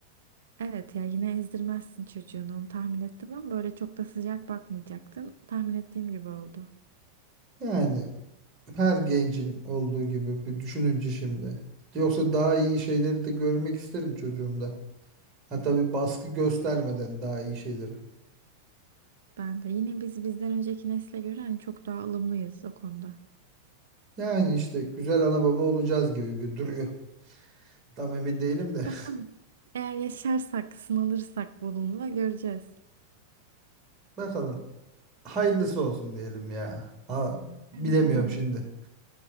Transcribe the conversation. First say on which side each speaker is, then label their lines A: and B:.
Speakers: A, on the right; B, on the right.
A: Evet ya yine ezdirmezsin çocuğunu onu tahmin ettim ama böyle çok da sıcak bakmayacaktın. Tahmin ettiğim gibi oldu.
B: Yani her gencin olduğu gibi bir düşününce şimdi. Yoksa daha iyi şeyleri de görmek isterim çocuğumda. Ha tabii baskı göstermeden daha iyi şeyleri.
A: Ben de. Yine biz bizden önceki nesle göre hani çok daha ılımlıyız o konuda.
B: Yani işte güzel ana baba olacağız gibi gü- duruyor. Tam emin değilim de.
A: Bakalım. Eğer yaşarsak, sınanırsak bununla göreceğiz.
B: <laughs> Bakalım. Hayırlısı olsun diyelim ya. Ha, bilemiyorum
A: Aynen öyle.
B: şimdi.